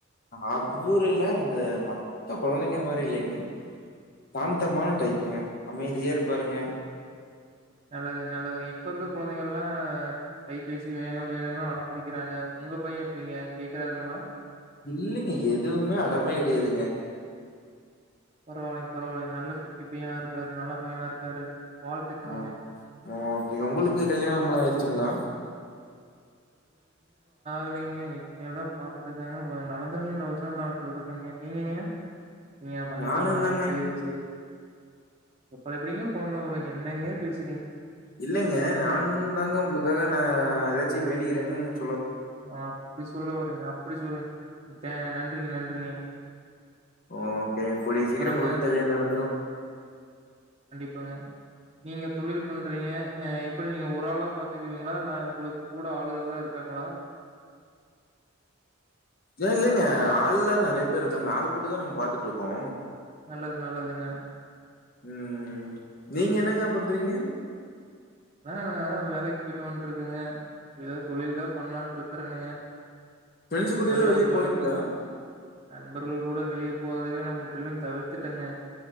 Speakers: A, on the left (about 45°); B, on the right (about 30°).
A: அவ்ரு இல்ல அந்த மத்த குழந்தைங்க மாரி இல்லைங்க சாந்தமான டைப்புங்க அமைதியா இருப்பாருங்க
B: நல்லது நல்லதுங்க இப்ப இருக்க குழந்தைகள்ல்லா கைபேசி வேணு வேணுன்னு அடம் புடிக்கிறாங்க உங்க பைய எப்புடிங்க கேக்குறாருங்களா
A: இல்லீங்க எதுவுமே அடமே கிடையாதுங்க
B: பரவலங் பரவால்லை நல்ல சுட்டி பையனா இருக்காரு நல்லா பையனா இருக்காரு வாழ்த்துக்கள்ங்க
A: ஆ ஓகே உங்களுக்கு கல்யாணம்லா ஆயிடுச்சுங்களா
B: இல்லிங்க இனி மேல் தா பாத்துட்டு இருக்காங்க நடந்துருங்க இந்த வருஷ இல்ல அடுத்த வருஷ நீங்கங்க நீங்க என்ன பண்ணிட்டீங்களா
A: நானுந்தாங்க
B: செரி செரி அப்புறம் எப்டிங்க கொழந்த பொறக்கு என்னங்க பேச
A: இல்லைங்க நானு தாங்க உங்களுக்காக நா ஏதாச்சு வேண்டிக்கிட் <unintelligible>
B: ஓ அப்டி சொல்ல வற அப்டி சொல் த நன்றிங்க நன்றிங்க
A: ஓ ஓகே கூடிய
B: அப்றங்க
A: சீக்கிர உங்களுக் கல்யாண நடந்துரு
B: எப்பங்க நீங்க தொழில் பண்றீங்க அ எப்டி நீங்க ஒரு ஆளா பாத்துக்குவீங்ளா இல்ல உங்ளுக்கு கூட ஆளுகளா இருக்காங்ளா
A: ஏ இல்லைங்க ஆள்லா நறைய பேர் இருக்காங்க ஆள் போட்டுதா நாங்க பாத்துட்ருக்கோ
B: நல்லது நல்லதுங்க
A: ம் ம் நீங்க என்னங்க பண்றீங்க
B: அதா நா தா வேலைக்கு போயிட்டு வன்ட்ருக்கேங்க இப்ப எதாது தொழில்தா பண்லான்ட்டு ருக்கறேனுங்க
A: ஃப்ரெண்ட்ஸ் கூடயெல்லாம்
B: நல்ல
A: வெளிய
B: வழி
A: போலீங்களா?
B: நண்பர்கள் கூட வெளிய போறதவே நம் முற்றிலும் தவிர்த்துட்டேங்க